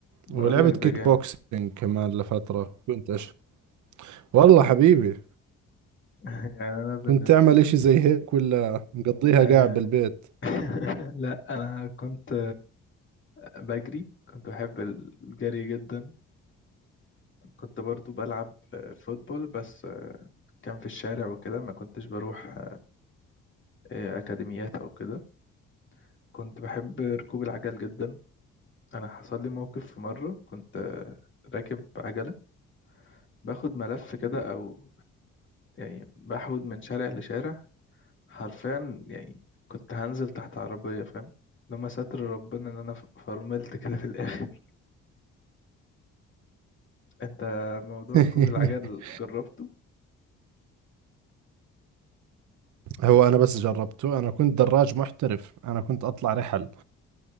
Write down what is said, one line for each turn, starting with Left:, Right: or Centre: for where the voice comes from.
Left: بقول
Right: ولعبت
Left: لك
Right: كيك
Left: ده جامد
Right: بوكسينج كمان لفترة كنت أش... والله حبيبي
Left: <laughs> يعني أنا
Right: كنت
Left: بالنسبة
Right: تعمل
Left: لي
Right: إشي زي هيك ولا مقضيها
Left: آه...
Right: قاعد بالبيت
Left: <laughs> لا أنا كنت بجري كنت بحب الجري جدا كنت برضو بلعب آه، فوتبول بس آه، كان في الشارع وكده ما كنتش بروح آه، أكاديميات أو كده كنت بحب ركوب العجل جدا أنا حصل لي موقف في مرة كنت آه، راكب عجلة باخد ملف كده أو يعني بحود من شارع لشارع حرفيا يعني كنت هنزل تحت عربية فاهم لما ستر ربنا إن أنا ف- فرملت كده في الآخر <laughs> أنت موضوع
Right: <laughs>
Left: ركوب العجل جربته
Right: هو أنا بس جربته أنا كنت دراج محترف أنا كنت أطلع رحل